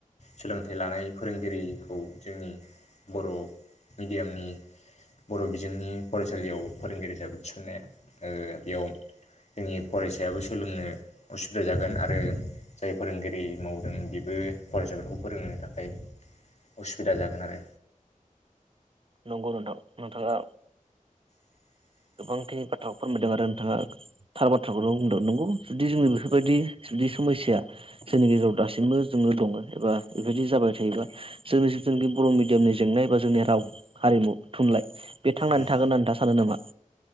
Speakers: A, on the left; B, on the right.
A: सोलोंथाइ लानाय फोरोंगिरिखौ जोंनि बर' मिडियामनि। बर' बिजोंनि फरायसालियाव फोरोंगिरि हिसाबै थिसन्नाया ओ बेयाव। जोंनि फरायसायाबो सोलोंनो उसुबिदा जागोन आरो जाय फोरोंगिरि मावदों बेबो बो फरायसाफोरखौ फोरोंनो थाखाय असुबिदा जागोन आरो।
B: नंगौ नोंथां नोंथाङा
A: <unintelligible>
B: गोबांखिनि बाथ्राखौ फोरमायदों आरो नोंथाङा थार बाथ्राखौनो बुंदों नंगौ जुदि जोंङो बेफोरबायदि। जुदि समयसाया जोंनि गेजेराव दासिमबो जोङो दङ एबा बेबायदि जाबाय थायोबा जोंनि जिथुनाखि बर' मिडियामनि जेंनाय एबा जोंनि राव हारिमु थुनलाइ बे थांनानै
A: उम
B: थागोन होनना नोंथाङा सानो नामा?